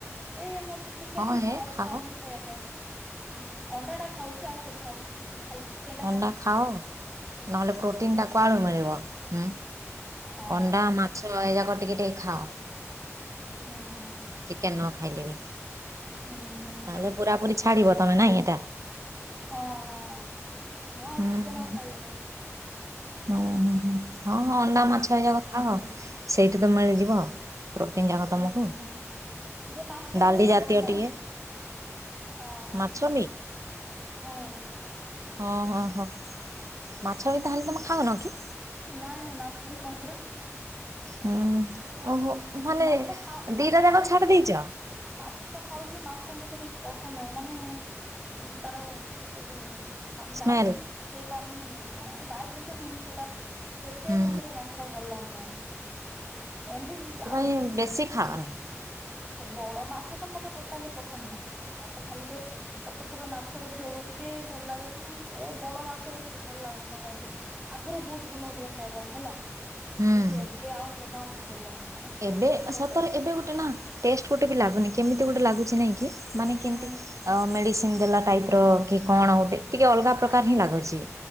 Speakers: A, on the right; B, on the right.
A: ସେ ମତେ ଚିକେନ
B: ହଁ ହେ
A: ଆଉ
B: ଖାଅ
A: ଇଛା ହଉନାହିଁ ଖାଇବା ପାଇଁ ହୁଁ ଅଣ୍ଡା ଟା ଖାଉଛି ଆଉ ସବୁ ଖାଉଛି ଖାଲି ଚିକେନ ଟା
B: ଅଣ୍ଡା
A: ଖାଉନି
B: ଖାଅ ନହେଲେ ପ୍ରୋଟିନ ଟାକୁ ଆଳୁ ମିଳିବ ହୁ।
A: ହଁ
B: ଅଣ୍ଡା
A: ଠିକ
B: ମାଛ ଏଇରା କ ଟିକେ ଟିକେ ଖାଅ।
A: ହୁଁ।
B: ଚିକେନ୍ ନ ଖାଇଲେ ବି
A: ହୁଁ। ହୁଁ ହୁଁ
B: ତାହେଲେ
A: ଠିକ
B: ପୁରା ପୁରୀ ଛାଡ଼ିବ ତମେ ନାଇଁ ଏଇଟା?
A: ହଁ ହଁ ମୁଁ ଆଉ
B: ହୁଁ
A: ଚିକେନ
B: ହୁଁ
A: ଆଉ ଖାଇବିନି।
B: ହୁଁ ହଁ ଅଣ୍ଡା
A: ହୁଁ
B: ମାଛ ଏ ଯାକ ଖାଅ ସେଇଠି ତ ମିଳିଯିବ ଆଉ। ପ୍ରୋଟିନ୍ ଯାକ ତମକୁ
A: ହୁଁ ହୁଁ ଯେ ମାଛ
B: ଡାଲି
A: ମତେ
B: ଜାତୀୟ
A: ଭଲ ଲାଗୁନି
B: ଟିକେ
A: ହଁ ହଁ
B: ମାଛ ବି
A: ହଁ ହଁ।
B: ହଁ ହଁ ହଁ, ମାଛ ବି ତାହେଲେ ତମେ ଖାଉନ କି?
A: ନାଇଁ ନାଇଁ ମାଛ ବି ଖାଉନି ପରା।
B: ହୁଁ। ଓହୋ ମାନେ
A: ମାଛ ଖାଉ
B: ଦିଟା
A: ମାନେ ଖାଉଛି
B: ଯାକ ଛାଡି
A: ଯେ
B: ଦେଇଛ?
A: ମାଛ ଖାଉଚି ମାଛ ମତେ ଟିକେ ପସନ୍ଦ ନାହିଁ। ମାନେ ଉଁ ତାର ସେ ଯୋଉଁ ମାନେ,
B: ସ୍ମେଲ୍
A: ଡାଇଜେଷ୍ଟ ହେଇପାରୁନି ନା ନାଇଁ ହଁ ଡାଇଜେସନ ହଉନି ସେଟା ସେଥି
B: ହୁଁ
A: ପାଇଁ ମତେ ଟିକେ ମାଛ ଟା ଭଲ ଲାଗୁନି ଆଉ। ଏମିତି ଆ
B: ହୁଁ ବେଶୀ ଖାଅନି।
A: ସେ ବଡ ମାଛ ତ ମତେ ଟୋଟାଲି ପସନ୍ଦ ନାଇ। ମତେ ଖାଲି ସେ ଛୋଟ ଛୋଟ ମାଛର ଝୋଳ ଟିକେ ଭଲ ଲାଗେସିନା ଏ ବଡ ମାଛର ମତେ ଭଲ ଲାଗୁନି କଣ ପାଇଁ ଯେ। ଆଗରେ ବୋହୁତ୍ ଭଲ ଲାଗୁ ଥିଲା ଖାଇବା ପାଇଁ ହେଲା।
B: ହୁଁ
A: କିନ୍ତୁ ଏବେ ଆଉ ଜମା ମତେ ଭଲ ଲାଗୁନି। ମାନେ
B: ଏବେ
A: ଗୋଟେ
B: ସତରେ ଏବେ ଗୋଟେ ନା ଟେଷ୍ଟ ଗୋଟେ ବି ଲାଗୁନି କେମିତି ଗୋଟେ ଲାଗୁଚି ନାଇଁ କି। କି ମାନେ
A: ଉଁ
B: କେମିତି ଆ ମେଡ଼ିସିନ୍ ଦେଲା ଟାଇପ୍ ର କି କଣ ଗୋଟେ ଟିକେ ଅଲଗା
A: ତା
B: ପ୍ରକାର ହିଁ ଲାଗୁଚି।